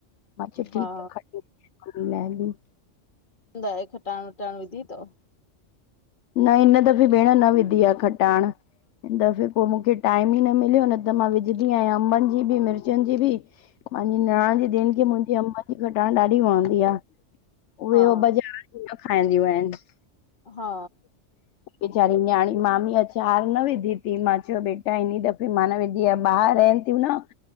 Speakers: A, on the left (about 70°); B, on the left (about 40°).
A: अचछा ठीक
B: हा
A: आहे खी खी लेंदी <unintelligible>
B: न हे खटाण वटाण विधी तव?
A: न इन दफ़े भेण न विधी आ, खटाण। हिन दफ़े पो मूंखे टाइम ई न मिलियो, न त मां विझंदी आहियां अंबनि जी बि, मिर्चनि जी बि, पंहिंजी निणान जी धीन खे मुंहिंजी अम्बन जी घटाण ॾाढी वणंदी आ, उहे
B: हा
A: ओ बाज़ारि जी न खाईंदियूं आहिनि।
B: हा।
A: वेचारी ॼाणी मामी अचार न विधी ती मां चयो बेटा हिनई दफ़े मां न विधी आ ॿारिइन। थिय न <inaudible>